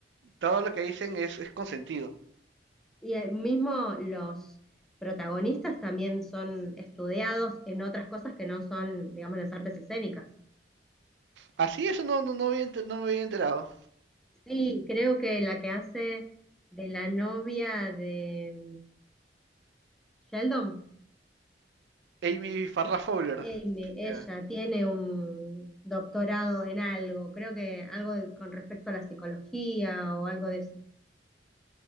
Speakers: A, on the right; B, in the centre.
A: todo lo que dicen es, es consentido.
B: y eh, mismo los protagonistas también son estudiados en otras cosas que no son, digamos, las artes escénicas.
A: Así, eso no, no, no había enter- no me había enterado.
B: Sí, creo que la que hace de la novia de, Sheldon,
A: Amy Farrah Fowler.
B: em, ella
A: Ya.
B: tiene un doctorado en algo, creo que algo de- con respecto a la psicología o algo de eso.